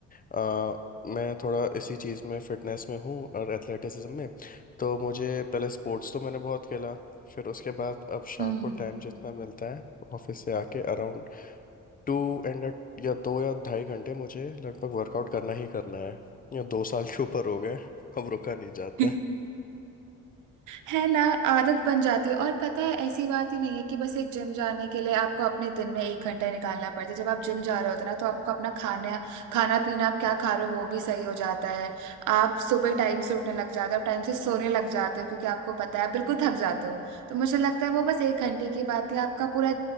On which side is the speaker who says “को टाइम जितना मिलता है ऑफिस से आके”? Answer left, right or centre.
Left